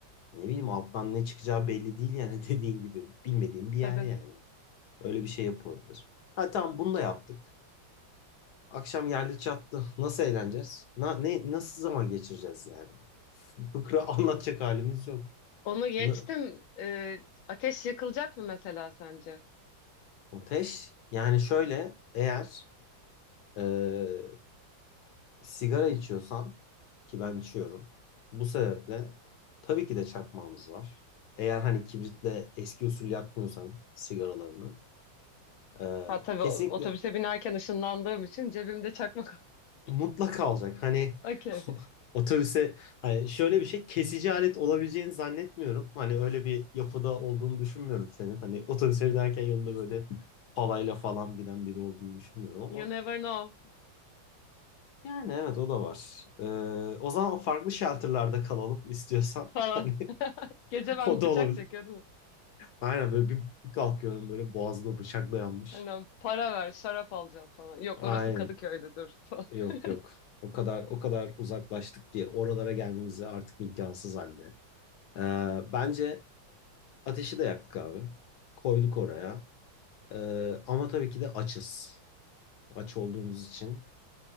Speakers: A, on the left (about 65°); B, on the left (about 85°).
A: ne bileyim alttan ne çıkacağı belli değil yani <laughs> dediğin gibi. Bilmediğim bir yer
B: Tabii.
A: yani. Öyle bir şey yapılabilir. Ha tamam bunu da yaptık. Akşam geldi çattı. Nasıl eğleneceğiz? Na, ne, nasıl zaman geçireceğiz yani? F- Fıkra <laughs> anlatacak halimiz yok.
B: Onu geçtim.
A: N-
B: Ee, ateş yakılacak mı mesela sence?
A: Ateş yani şöyle eğer eee, sigara içiyorsan ki ben içiyorum. Bu sebeple tabii ki de çakmağımız var. Eğer hani kibritle eski usul yakmıyorsan sigaralarını e,
B: Ha tabii
A: kesinlikle
B: o- otobüse binerken ışınlandığım için cebimde çakmak. <laughs>
A: mutlaka alacak. Hani
B: Okay.
A: <laughs> otobüse hani şöyle bir şey kesici alet olabileceğini zannetmiyorum. Hani öyle bir yapıda olduğunu düşünmüyorum senin. Hani otobüse binerken yanında böyle palayla falan binen biri olduğunu düşünmüyorum ama
B: You never know
A: yani evet o da var. E, o zaman farklı shelter'larda kalalım istiyorsan.
B: falan.
A: <laughs> Hani
B: Gece ben
A: O da
B: bıçak
A: olabilir.
B: çekiyordum.
A: Aynen böyle bir bir kalkıyorum böyle boğazına bıçak dayanmış.
B: Aynen para ver şarap alacağım falan. Yok
A: Aynen.
B: orası Kadıköy'dü dur falan.
A: Yok
B: <laughs>
A: yok. O kadar o kadar uzaklaştık ki oralara gelmemize artık imkansız halde. Ee, bence ateşi de yaktık abi. Koyduk oraya. Ee, ama tabii ki de açız. Aç olduğumuz için.